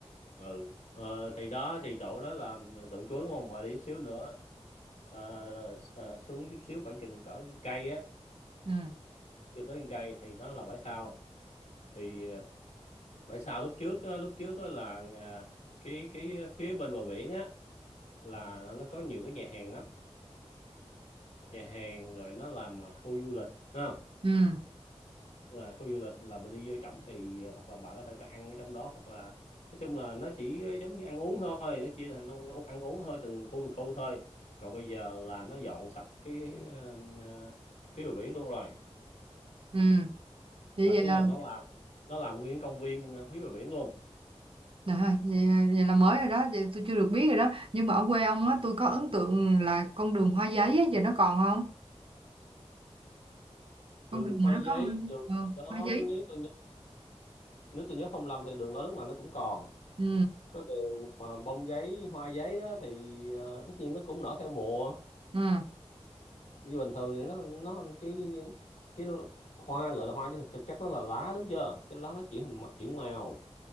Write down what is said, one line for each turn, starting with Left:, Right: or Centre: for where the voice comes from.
Left: ừ ờ, thì đó thì chỗ đó là à, tượng Chúa đúng không mà đi chút xíu nữa ờ, là- ờ, xuống chút xíu khoảng chừng cỡ một cây á
Right: Ừ,
Left: chưa tới một cây thì nó là bãi sau thì à, Bởi sao lúc trước á, lúc trước á là à, cái cái phía bên bờ biển á là nó nó có nhiều cái nhà hàng lắm nhà hàng rồi nó làm à, khu du lịch thấy không
Right: ừ,
Left: là khu du lịch là mình đi vô trỏng thì à, hoặc là bạn có thể bạn ăn ở trong đó hoặc là nói chung là nó chỉ giống như ăn uống thôi nó chia thành ăn, ăn uống thôi từng khu từng khu thôi còn bây giờ là nó dọn sạch cái ờ, ờ, phía bờ biển luôn rồi
Right: ừ. Vậy,
Left: là
Right: vậy
Left: cái
Right: là,
Left: là nó làm nó làm nguyên công viên ờ, phía bờ biển luôn
Right: trời ơi, vậy, vậy là mới rồi đó, vậy tôi chưa được biết rồi đó. Nhưng mà ở quê ông á, tôi có ấn tượng là con đường hoa giấy á, giờ nó còn không? Con
Left: đường
Right: đường
Left: hoa
Right: mà nó
Left: giấy
Right: có hoa,
Left: đường
Right: ừ,
Left: đó
Right: hoa giấy.
Left: nếu tôi nếu tôi nhớ không lầm thì đường đó lúc nào nó cũng còn
Right: Ừ,
Left: có điều mà bông giấy hoa giấy đó thì ờ, tất nhiên nó cũng nở theo mùa
Right: ừ,
Left: như bình thường thì nó nó cái cái hoa gọi là hoa chứ thực, thực chất nó là lá đúng chưa cái lá nó chuyển hình chuyển màu